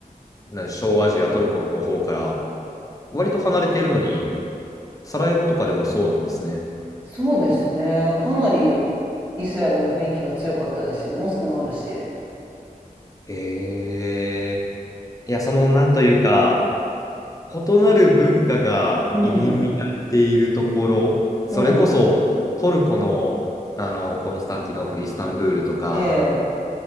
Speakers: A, on the left (about 25°); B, on the right (about 15°).
A: な小アジア、トルコの方から割と離れているのに、サラエボとかでもそうなんですね。
B: そうですね。かなりイスラムの雰囲気は強かったですよ。モスクもあるし。
A: へえ。いや、その、なんというか、異なる文化が入り乱れているところ、
B: うん。
A: それこそトルコの、
B: うん。
A: あの、コンスタンティノープル、イスタンブールとか、
B: ええ。